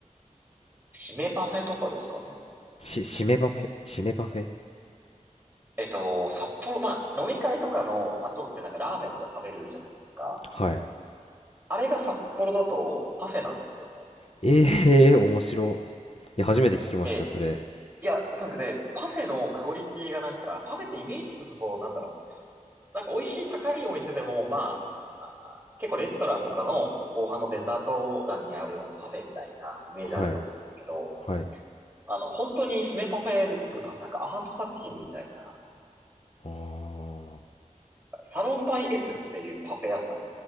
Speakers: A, on the right; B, on the left.
A: 締めパフェとかですかね。
B: し、しめパフェしめパフェ
A: えっと、札幌、まあ、飲み会とかの後ってなんかラーメンとか食べるじゃないですか。
B: はい。
A: あれが札幌だとパフェなんですよね。
B: ええー、面白い。いや、初めて聞きました、
A: で、
B: それ。
A: いや、そうですけど、でパフェのクオリティがなんか、パフェってイメージするとこう、なんだろう。なんか美味しい高いお店でも、まあ、あー結構レストランとかの後半のデザート欄にあるようなパフェみたいなイメージあると思うんですけど、
B: はい。はい。
A: あの、本当に締めパフェで出てくるパフェなんかアート作品みたいな
B: あ
A: サロンバイ S っていうパフェ屋さんが、